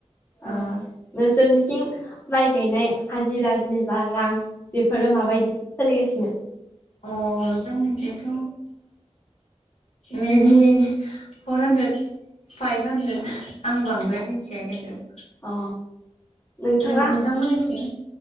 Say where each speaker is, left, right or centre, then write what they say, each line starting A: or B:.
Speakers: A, on the left; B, on the left.
A: औ
B: ओ नोंसोरनिथिं माइ गायनाय हाजिरा जिनिबा रां बेफोरो माबायदि सोलिगासिनो?
A: अ' जोंनिथिथ' maybe four hundred five hundred आं बांद्राय मिन्थिया खिन्थु।
B: औ नोंथाङा
A: नों नोंथांमोननिथिं